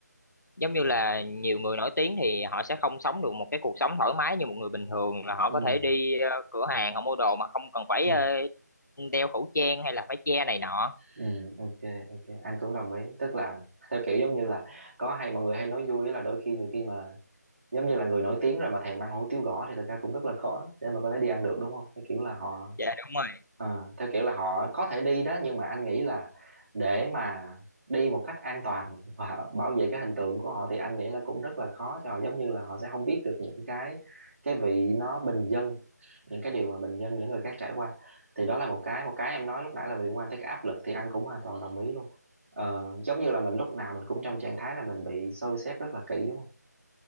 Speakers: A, on the left (about 80°); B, on the right (about 50°).
A: giống như là nhiều người nổi tiếng thì họ sẽ không sống được một cái cuộc sống thoải mái như một người bình thường là họ
B: Ừ.
A: có thể đi ờ, cửa hàng họ mua đồ mà không cần phải
B: ừ.
A: ờ, đeo khẩu trang hay là phải che này nọ
B: Ừ, ok ok anh cũng đồng ý tức là theo kiểu giống như là có hay mọi người hay nói vui á là đôi khi nhiều khi mà giống như là người nổi tiếng rồi mà thèm ăn hủ tiếu gõ thì thật ra cũng rất là khó để mà có thể đi ăn được đúng không theo kiểu là họ
A: dạ đúng rồi
B: Ờ, theo kiểu là họ có thể đi đó nhưng mà anh nghĩ là để mà đi một cách an toàn <laughs> và bảo vệ cái hình tượng của họ thì anh nghĩ là cũng rất là khó cho họ giống như là họ sẽ không biết được những cái cái vị nó bình dân những cái điều mà bình dân những người khác trải qua thì đó là một cái một cái em nói lúc nãy là liên quan tới cái áp lực thì anh cũng hoàn toàn đồng ý luôn ờ, giống như là mình lúc nào mình cũng trong trạng thái là mình bị soi xét rất là kỹ đúng không